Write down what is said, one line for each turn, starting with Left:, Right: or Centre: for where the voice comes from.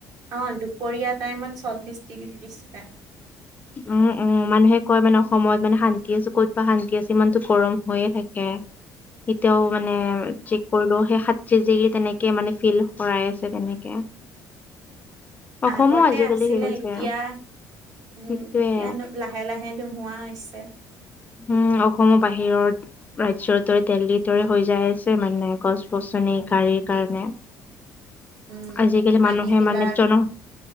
Right: অ দুপৰীয়া টাইমত চল্লিশ ডিগ্ৰী দিছিলে
Left: উম উম। মানুহে কয় মানে অসমত মানে শান্তি আছে ক'ত বা শান্তি আছে ইমানটো গৰম হৈয়ে থাকে। এতিয়াও মানে চেক - কৰিলো সেই সাত্ৰিশ ডিগ্ৰী তেনেকে মানে ফিল কৰাই আছে তেনেকে। অসমো
Right: আগতে
Left: আজিকালি
Right: আছিলে
Left: হেৰি গৈছে
Right: এতিয়া উম
Left: সেইটোয়ে
Right: এতিয়া নো - লাহে লাহে নোহোৱা হৈছে।
Left: উম অসমৰ বাহিৰত - ৰাজ্য দৰে দেল্লী দৰে হৈ যাই আছে মানে গছ গছনি গাড়ীৰ কাৰণে
Right: উম
Left: আজিকালি
Right: পানী
Left: মানুহে
Right: বিলাক
Left: মানে জন
Right: -